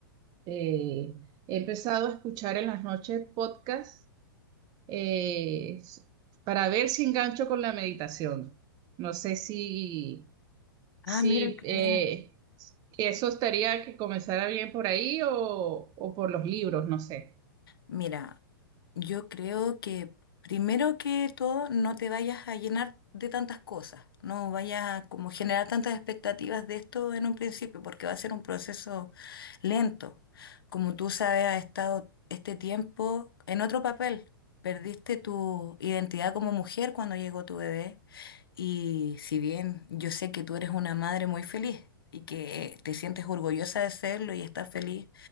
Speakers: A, on the right; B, on the left.
A: eh, he empezado a escuchar en las noches podcasts eh, s- para ver si engancho con la meditación. No sé si... Sí,
B: Ah, mira, qué
A: eh,
B: bien.
A: eso estaría que comenzara bien por ahí o, o por los libros, no sé.
B: Mira, yo creo que primero que todo no te vayas a llenar de tantas cosas, no vayas a como generar tantas expectativas de esto en un principio, porque va a ser un proceso lento. Como tú sabes, has estado este tiempo en otro papel. Perdiste tu identidad como mujer cuando llegó tu bebé y si bien yo sé que tú eres una madre muy feliz y que eh, te sientes orgullosa de serlo y estás feliz